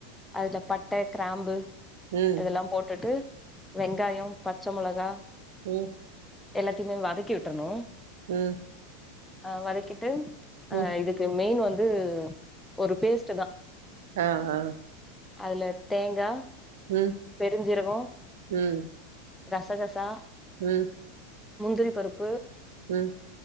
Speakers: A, in the centre; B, on the right (about 60°).
A: அதுல பட்ட கிராம்பு
B: ம்
A: இதெல்லா போட்டுட்டு வெங்காயம் பச்ச மொளகா
B: ம்
A: எல்லாத்திமே வதக்கி விட்றணு
B: ம்
A: ஆ வதக்கிட்டு அ
B: ம்
A: இதுக்கு மெயின் வந்து ஒரு பேஸ்ட்டு தா
B: ஆ ஆ
A: அதுல தேங்கா
B: ம்
A: பெருஞ்சீரகோ
B: ம்
A: கசகசா
B: ம்
A: முந்திரி பருப்பு
B: ம்